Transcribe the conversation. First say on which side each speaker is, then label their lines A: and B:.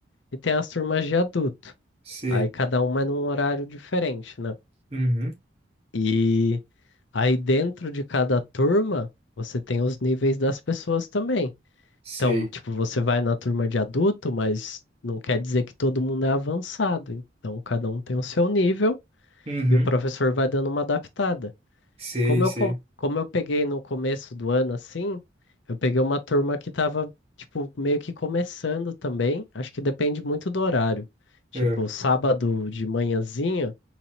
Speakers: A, on the left; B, on the right.
A: e tem as turmas de adulto.
B: sei.
A: Aí cada uma é num horário diferente, né?
B: Uhum.
A: E aí dentro de cada turma, você tem os níveis das pessoas também.
B: Sei.
A: Então, tipo, você vai na turma de adulto, mas não quer dizer que todo mundo é avançado. Então, cada um tem o seu nível
B: Uhum.
A: e o professor vai dando uma adaptada.
B: Sei,
A: Como
B: sei.
A: eu, com- como eu peguei no começo do ano assim, eu peguei uma turma que tava, tipo, meio que começando também. Acho que depende muito do horário. Tipo,
B: Ah,
A: sábado de manhãzinha.